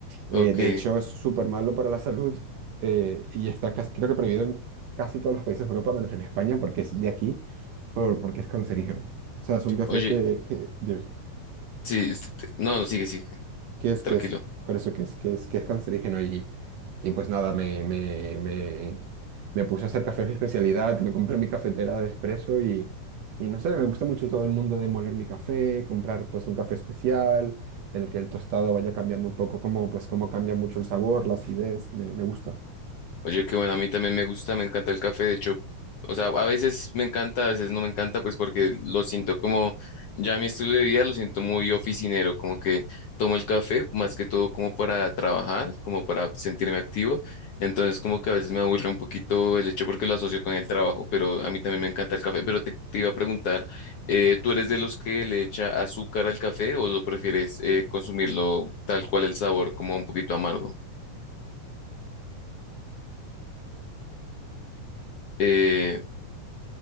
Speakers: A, on the right; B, on the left.
A: Eh,
B: Ok.
A: de hecho, es súper malo para la salud eh, y está casi- creo que prohibido en casi todos los países de Europa, menos en España, porque es de aquí, por, porque es cancerígeno. O sea, es un café
B: Oye,
A: que, que, de-
B: sí, este, te- no, no, sigue, sigue,
A: que es,
B: tranquilo.
A: que es, por eso que es, que es, que es cancerígeno y, y pues nada, me, me, me, me puse a hacer cafés de especialidad, me compré mi cafetera de espresso y, y no sé, me gusta mucho todo el mundo de moler mi café, comprar pues un café especial, el que el tostado vaya cambiando un poco, como pues como cambia mucho el sabor, la acidez, me, me gusta.
B: Oye, qué bueno, a mí también me gusta, me encanta el café, de hecho, o sea, a veces me encanta, a veces no me encanta, pues porque lo siento como, ya mi estilo de vida lo siento muy oficinero, como que tomo el café más que todo como para trabajar, como para sentirme activo, entonces como que a veces me aburre un poquito el hecho porque lo asocio con el trabajo, pero a mí también me encanta el café, pero te, te iba a preguntar, eh, ¿tú eres de los que le echa azúcar al café o lo prefieres eh, consumirlo tal cual el sabor, como un poquito amargo? Eh,